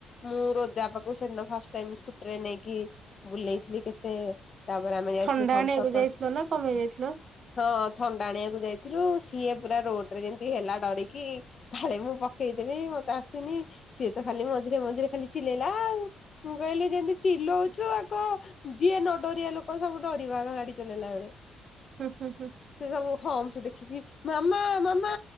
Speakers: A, on the left; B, on the right.
A: ମୁଁ ରୋଜା ପାଖକୁ ସେଦିନ ଫାଷ୍ଟ ଟାଇମି ସ୍କୁଟିରେ ନେଇକି ବୁଲେଇଥିଲି କେତେ ତାପରେ ଆମେ ଯାଇଥିଲୁ
B: ଥଣ୍ଡା
A: ଥମ୍ସ
B: ଆଣିବାକୁ
A: ଅପ୍
B: ଯାଇଥିଲ ନା କଣ ପାଇଁ ଯାଇଥିଲ?
A: ହଁ ଥଣ୍ଡା ଆଣିବାକୁ ଯାଇଥିଲୁ ସିଏ ପୁରା ରୋଡ ରେ ଯେମିତି ହେଲା ଡରିକି କାଳେ ମୁଁ ପକେଇଦେବି ମତେ ଆସୁନି ସିଏ ତ ଖାଲି ମଝିରେ ମଝିରେ ଖାଲି ଚିଲେଇଲା ଆଉ ମୁଁ କହିଲି ଯେମିତି ଚିଲଉଛୁ ଆ କ ଯିଏ ନଡରିଆ ଲୋକ ସବୁଠୁ ଡରିବ ଆଗ ଗାଡି ଚଲେଇଲା ବେଳେ
B: ହୁଁ ହୁଁ ହୁଁ
A: ସେ ସବୁ ହମ ସ ଦେଖିକି ମାମା ମାମା